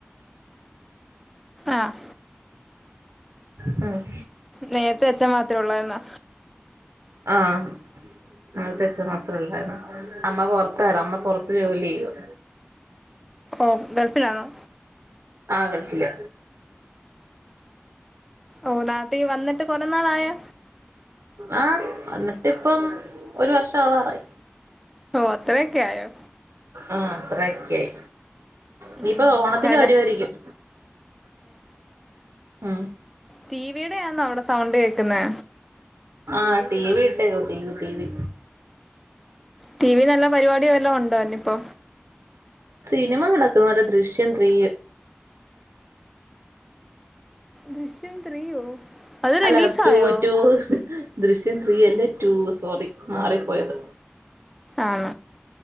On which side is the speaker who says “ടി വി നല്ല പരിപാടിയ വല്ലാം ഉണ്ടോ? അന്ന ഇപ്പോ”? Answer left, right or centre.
Centre